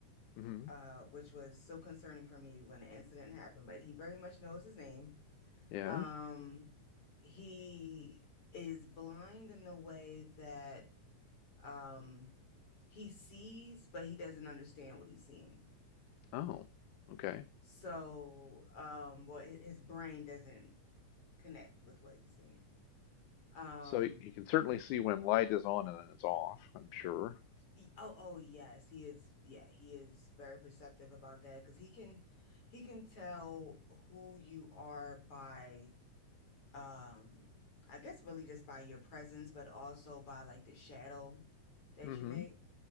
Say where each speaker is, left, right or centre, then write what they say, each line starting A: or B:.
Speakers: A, on the left (about 75°); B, on the left (about 45°).
A: hmm
B: uh, which was so concerning for me when the incident happened, but he very much knows his name.
A: Yeah.
B: Um, he is blind in the way that um he sees, but he doesn't understand what he's seeing.
A: Oh. Okay.
B: So, um, well, hi- his brain doesn't connect with what he's seeing. Um,
A: So he he can certainly see when light is on and it's off, I'm sure.
B: he- oh, oh, yes, he is. Yeah, he is very perceptive about that because he can, he can tell who you are by, um, I guess really just by your presence, but also by like the shadow that
A: hmm
B: you make.